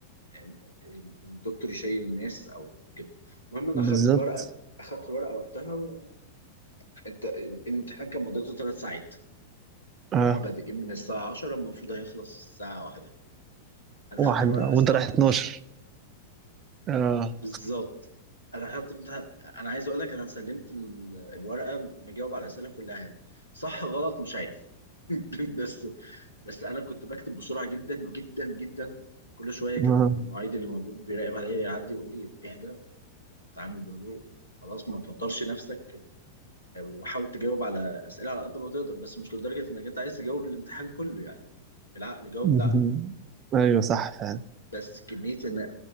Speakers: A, on the left; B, on the right.
A: إن- إن- إن الدكتور يشيل الناس او كده المهم انا
B: بالظبط
A: اخدت الورقه اخدت الورقه وقتها و... انت الامتحان كان مدته ثلاث ساعات وهم
B: اه
A: بادئين من الساعه 10 المفروض هيخلص الساعه واحدة انا
B: واحد
A: خدت الورقه
B: وانت
A: الساعه
B: رايح
A: 12
B: 12 اه اه
A: بالظبط انا حاطط الامتحان انا عايز اقول لك انا سلمت ال- الورقه مجاوب على الاسئله كلها يعني صح غلط مش عارف <laughs> بس بس انا كنت بكتب بسرعه جدا جدا جدا كل شويه
B: <laughs>
A: كان المعيد اللي موجود بيراقب عليا يعدي يقول لي اهدى اتعامل بهدوء خلاص ما توترش نفسك وحاول تجاوب على اسئله على قد ما تقدر بس مش لدرجه انك انت عايز تجاوب الامتحان كله يعني بالعقل جاوب
B: مهم.
A: بالعقل
B: ايوه صح فعلا
A: بس كميه ان